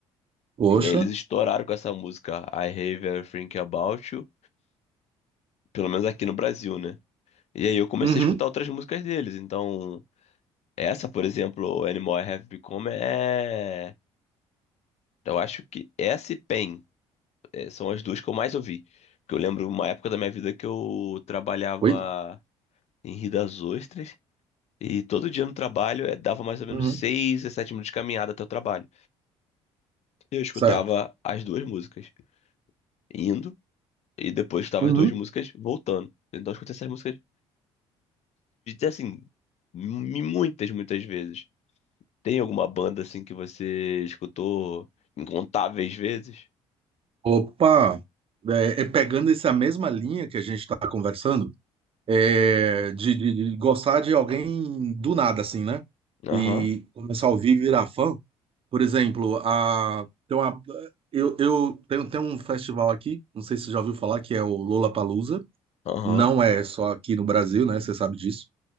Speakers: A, on the right; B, on the left.
A: Poxa.
B: E aí eles estouraram com essa música I Have Everything About You, pelo menos aqui no Brasil, né? E aí eu comecei
A: Uhum.
B: a escutar outras músicas deles. Então, essa, por exemplo, Animal I Have Become é. Eu acho que essa e Pain é, são as duas que eu mais ouvi. Porque eu lembro uma época da minha vida que eu trabalhava
A: Oi?
B: em Rio das Ostras. E todo dia no trabalho eh, dava mais ou menos
A: Uhum.
B: seis a sete minutos de caminhada até o trabalho. E eu escutava
A: Certo.
B: as duas músicas. indo e depois estava
A: Uhum.
B: as duas músicas voltando. Então eu escutei essas músicas assim mu- muitas, muitas vezes. Tem alguma banda assim que você escutou incontáveis vezes?
A: Opa! É, é pegando essa mesma linha que a gente está conversando, é, de, de- de gostar de alguém do nada, assim, né?
B: Aham,
A: E começar a ouvir, virar fã. Por exemplo, a, tem uma, eu, eu tenho, tem um festival aqui, não sei se você já ouviu falar, que é o Lollapalooza.
B: aham,
A: Não é só aqui no Brasil, né? Você sabe disso.